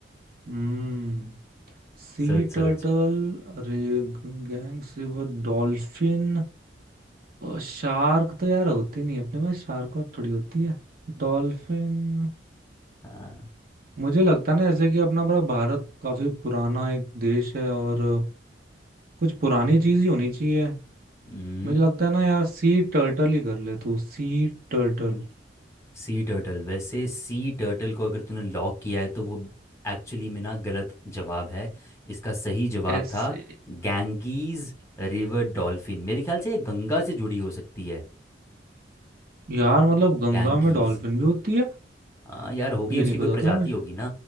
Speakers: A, on the right; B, on the left.
A: हम्म sea
B: सोच सोच
A: turtle gang silver dolphin shark तो यार होती नहीं है अपने में शार्क और थोड़ी होती है डॉल्फिन
B: हाँ
A: मुझे लगता है ना जैसे कि अपना बड़ा भारत काफी पुराना एक देश है और कुछ पुरानी चीज ही होनी चाहिए
B: हम्म।
A: मुझे लगता है ना यार सी टर्टल ही कर ले तू सी टर्टल
B: सी टर्टल वैसे सी टर्टल को अगर तूने लॉक किया है तो वो एक्चुअली में ना गलत जवाब है इसका सही जवाब
A: ऐसे
B: था गैंगीज रिवर डॉल्फिन मेरे ख्याल से ये गंगा से जुड़ी हो सकती है
A: यार मतलब गंगा
B: गैंगीज
A: में डॉल्फिन भी होती है
B: हाँ यार होगी
A: ये
B: उसकी
A: नहीं पता
B: कोई प्रजाति
A: था मुझे
B: होगी ना